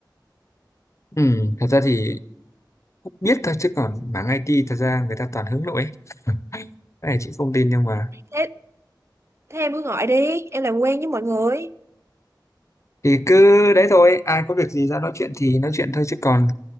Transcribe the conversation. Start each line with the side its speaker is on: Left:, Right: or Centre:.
Left: ừ, thật ra thì cũng biết thôi chứ còn mảng IT thật ra người ta toàn hướng nội ấy. cái này chị không tin nhưng mà
Right: Thế, thế em cứ gọi đi, em làm quen với mọi người.
Left: thì cứ đấy thôi ai có việc gì ra nói chuyện thì nói chuyện thôi chứ còn